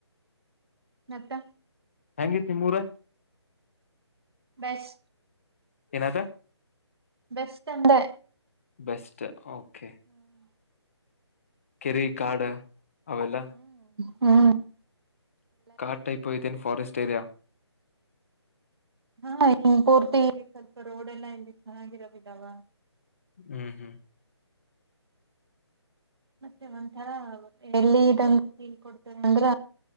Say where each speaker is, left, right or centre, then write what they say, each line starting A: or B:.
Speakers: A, on the right; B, on the left.
A: ನತ್ತ.
B: ಹೆಂಗ ಇತ್ತ ನಿಮ್ಮ್ ಊರ.
A: ಬ್ಯೇಸ್.
B: ಏನ ಆತೋ.
A: ಬೆಸ್ಟ್ ಅಂದೆ.
B: ಬೆಸ್ಟ್ ಓ. ಖೆ ಕೆರಿ ಕಾಡ್ ಅವ ಎಲ್ಲಾ.
A: ಹ್ಮ.
B: ಕಾಟ ಐತ್ ಒಯಿತ್ತೇನಿ. ಫ್ಟಾರೆಸ್ಟ ಏರಿಯಾ.
A: ಹಾ ಇನ್ ಪೂರ್ತಿ ಸ್ವಲ್ಪ ರೋಡ್ ಎಲ್ಲ ಇಲ್ಲಿ ಛೆನ್ನಾಗಿರದಿಲ್ಲಾವ.
B: ಅಹ್ಮ್ ಹ್ಮ್.
A: ಮತ್ತೆ ಒಂಥರಾ ವ ಎಲ್ಲಿ ಇದಂಗ ಕೊಡ್ತೇವೆ ಅಂದ್ರ